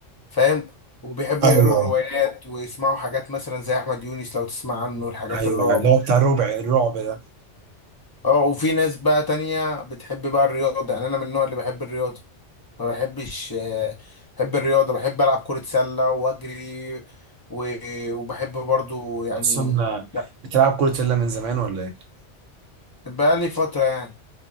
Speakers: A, on the left; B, on the right.
A: فاهم وبيحبوا
B: ايوه
A: يقروا الروايات ويسمعوا حاجات مثلا زي احمد يونس لو تسمع عنه الحاجات
B: ايوه
A: الرعب
B: اللي هو بتاع الربع الرعب ده
A: اه وفي ناس بقى تانية بتحب بقى الرياضه يعني انا من النوع اللي بحب الرياضه ما بحبش آه، بحب الرياضه بحب العب كره سله واجري و- وبحب برضو يعني
B: اصلا
A: لا،
B: بتلعب كرة سلة من زمان ولا ايه؟
A: بقى لي فتره يعني